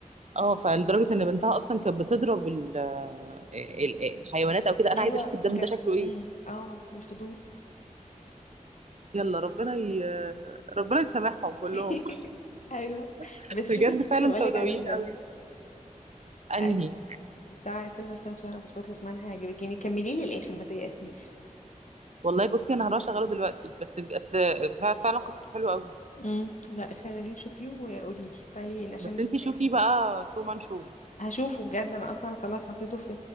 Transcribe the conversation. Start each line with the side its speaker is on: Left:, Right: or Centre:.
Right: اه فلدرجة ان بنتها اصلا كانت بتضرب ال- ال- الحيوانات او كده انا
Left: ايوه
Right: عايزة اشوف الدم
Left: ما كان
Right: ده شكله ايه
Left: امم اه بالفضول
Right: يلا ربنا ي... ربنا يسامحهم كلهم
Left: <laughs> ايوه
Right: <laughs>
Left: بس
Right: بجد
Left: شوفي الفيلم
Right: فعلا
Left: اللي بقولك
Right: سوداويين
Left: عليه بجد
Right: قوي انهي
Left: أيوة، بتاع تامر عشان انا مش بخلص منها هيعجبك كملي لي الاخر ما تيأسيش
Right: والله بصي انا هروح اشغله دلوقتي بس بس فعلا قصته حلوة قوي
Left: امم لا شغليه شوفيه وقولي لي تعالي لي عشان
Right: بس انتي
Left: نتناقش
Right: شوفي بقى
Left: فيه
Right: ترومان شو
Left: هشوفه بجد انا اصلا خلاص حطيته في